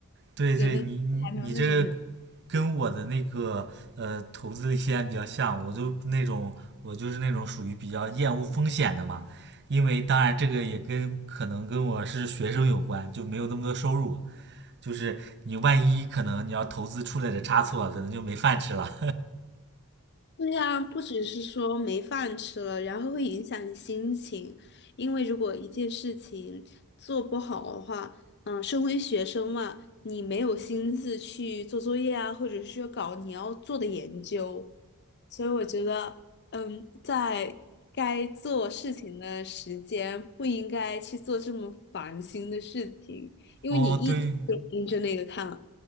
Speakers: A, on the right; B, on the left.
A: 对对，
B: 觉得还没有那种能。
A: 你你你这个跟我的那个呃投资的理念比较像，我就那种我就是那种属于比较厌恶风险的嘛，因为当然这个也跟可能跟我是学生有关，就没有那么多收入，就是你万一可能你要投资出来的差错，可能就没饭吃了。
B: 对呀，不只是说没饭吃了，然后会影响你心情，因为如果一件事情做不好的话，嗯，身为学生嘛，你没有心思去做作业啊，或者是说搞你要做的研究，所以我觉得，嗯，在该做事情的时间不应该去做这么烦心的事情，因为你一直会盯着那个看。
A: <laughs> 哦，对，